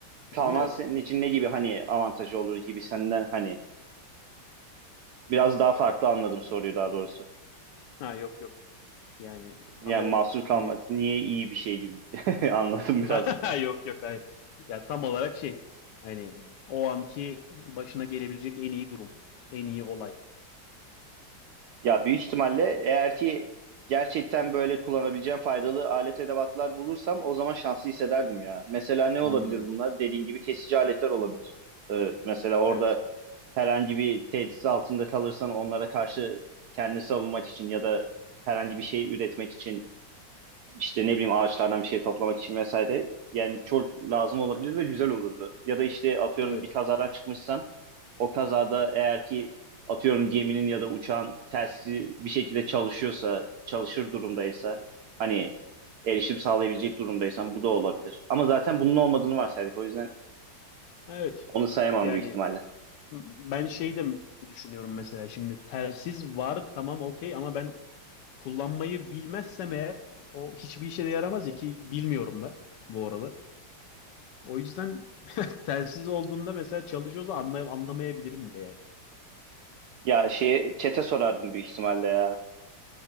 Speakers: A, on the right; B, on the left.
A: kalman
B: Hı, evet.
A: senin için ne gibi hani avantajı olur gibi senden hani biraz daha farklı anladım soruyu daha doğrusu.
B: Ha yok yok. Yani tam
A: Yani
B: o
A: mahsur kalmak
B: hani
A: niye iyi bir şey gibi <laughs> anladım biraz
B: <laughs> yok yok hayır. Ya tam olarak şey hani o anki başına gelebilecek en iyi durum. En iyi olay.
A: Ya büyük ihtimalle eğer ki gerçekten böyle kullanabileceğim faydalı alet edevatlar bulursam o zaman şanslı hissederdim ya. Mesela ne olabilir
B: Hmm,
A: bunlar? Dediğin gibi kesici aletler olabilir. Ee, mesela orada
B: evet.
A: herhangi bir tehdit altında kalırsan onlara karşı kendini savunmak için ya da herhangi bir şey üretmek için işte ne bileyim ağaçlardan bir şey toplamak için vesaire. Yani çok lazım olabilir ve güzel olurdu. Ya da işte atıyorum
B: Evet.
A: bir kazadan çıkmışsan o kazada eğer ki atıyorum geminin ya da uçağın telsizi bir şekilde çalışıyorsa, çalışır durumdaysa hani erişim sağlayabilecek durumdaysan bu da olabilir. Ama zaten bunun olmadığını varsaydık o yüzden
B: Evet.
A: onu sayamam
B: Yani
A: büyük ihtimalle.
B: m- ben şey de m- düşünüyorum mesela şimdi telsiz var tamam okey ama ben Kullanmayı bilmezsem eğer o hiçbir işe de yaramaz ya ki bilmiyorum da bu arada. O yüzden <laughs> telsiz olduğunda mesela çalışıyorsa anlay anlamayabilirim bile yani.
A: Ya şeye çete sorardım büyük ihtimalle ya.